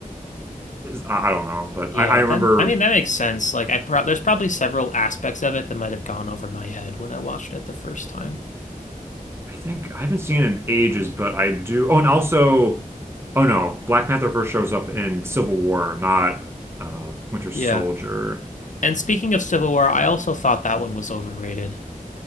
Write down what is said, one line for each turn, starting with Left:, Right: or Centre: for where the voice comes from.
Right: is- I I don't know but
Left: Yeah,
Right: I, I remember
Left: that I mean that makes sense. Like I pro there's probably several aspects of it that might have gone over my head when I watched it the first time.
Right: I think I haven't seen it in ages but I do oh and also oh no Black Panther first shows up in Civil War not uh Winter Soldier
Left: Yeah, And speaking of Civil War, I also thought that one was overrated.